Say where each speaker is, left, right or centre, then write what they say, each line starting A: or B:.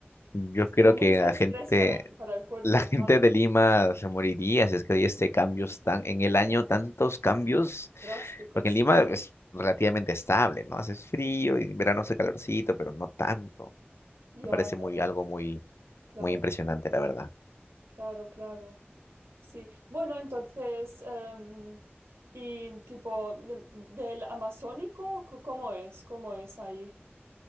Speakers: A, on the left; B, on the right.
A: Y yo
B: Es
A: creo
B: como mucho
A: que la
B: estrés
A: gente
B: para, para el cuerpo
A: La
B: humano.
A: gente de Lima se moriría si es que hay este cambios tan en el año tantos cambios,
B: Drásticos.
A: porque en Lima es relativamente estable, ¿no? Hace frío
B: Mm.
A: y en verano hace calorcito, pero no tanto.
B: Ya,
A: Me parece
B: ya,
A: muy
B: ya,
A: algo
B: ya.
A: muy
B: Claro.
A: muy impresionante, la verdad.
B: Claro, claro. Sí. Bueno, entonces, em, y tipo de- del Amazónico, c- ¿cómo es? ¿Cómo es ahí?